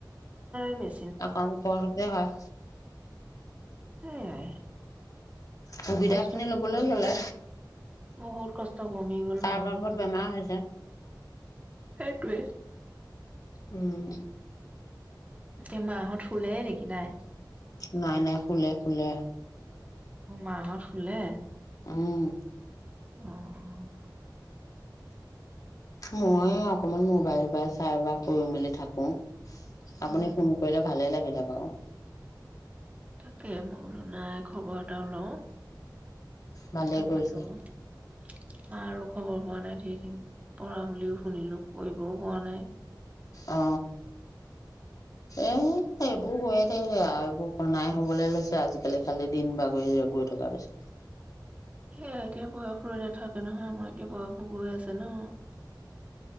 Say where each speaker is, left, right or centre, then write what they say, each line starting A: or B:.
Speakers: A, on the right (about 20°); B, on the left (about 50°).
A: মই
B: অকণ খৰতে হয়
A: সেয়াই
B: সুবিধা
A: কষ্ট
B: খিনি
A: কিমান
B: ল'বলৈ
A: কম
B: হ'লে
A: বহুত কষ্ট কমি গ'ল
B: তাৰ
A: মানুহৰ
B: বাবত বেমাৰ হৈছে
A: সেইটোৱে
B: উম।
A: এই মাঁহত শুলে নেকি নাই
B: নাই নাই শুলে শুলে।
A: অ মাঁহত শুলে
B: উম।
A: অ
B: মই অকমান মোবাইল চোবাইল চাই বা কৰি মেলি থাকো। আপুনি
A: অ
B: ফোন কৰিলে ভালে লাগে। কেতিয়াবা আকৌ
A: তাকে মই বোলো নাই খবৰ এটাও লওঁ।
B: ভালে
A: তাকেটো
B: কৰিছে
A: মাৰো খবৰ পোৱা নাই। সেইদিনা পৰা বুলিও শুনিলো কৰিবও পোৱা নাই।
B: অ এ এইবো হয়ে। সেইয়া আৰু এইবোৰ ঘনাই হবলৈ লৈছে আজিকালি খালি দিন বাগৰি গৈ থকাৰ পিছত।
A: সেয়া এতিয়া বয়স ৰৈ নাথাকে নহয় আমাৰ এতিয়া বয়সবোৰ গৈ আছে ন।